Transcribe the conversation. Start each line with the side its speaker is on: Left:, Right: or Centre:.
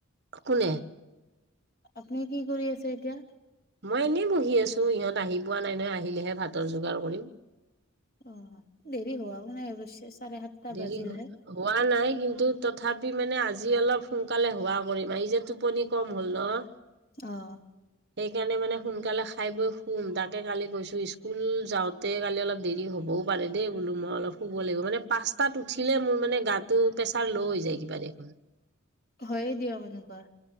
Right: কোনে
Left: আপুনি কি কৰি আছে এতিয়া
Right: মই এনেই বহি আছো। ইহত আহি পোৱা নাই নহয় আহিলেহে ভাতৰ যোগাৰ কৰিম।
Left: অ দেৰি হোৱাও নাই অৱশ্যে চাৰে সাতটা
Right: দেৰি
Left: বাজিলহে।
Right: হোৱা নাই কিন্তু তথা- পি মানে আজি অলপ সোনকালে হোৱা কৰিম এই যে টোপনি কম হ'ল ন
Left: অ'
Right: সেইকাৰণে মানে সোন- কালে খাই বৈ খুম তাকে কালি গৈছো স্কুল যাওঁতে কালি অলপ দেৰি হ'ব। দেই বোলো মই অলপ শুব লাগিব মানে পাচ- তাত উঠিলে মোৰ মানে গাটো প্ৰেছাৰ ল' হৈ যায় কিবা দেখোন
Left: হয়ে দিয়ক এনেকুৱা।